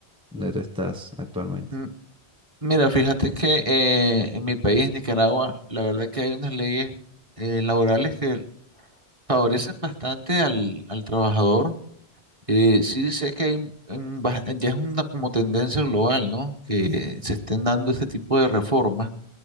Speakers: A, in the centre; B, on the right.
A: donde tú estás actualmente?
B: mm, Mira, fíjate que eh, en mi país, Nicaragua, la verdad que hay unas leyes eh, laborales que favorecen bastante al, al trabajador. Eh, sí sé que hay, en ba- ya es una como tendencia global, ¿no? Que se estén dando este tipo de reformas,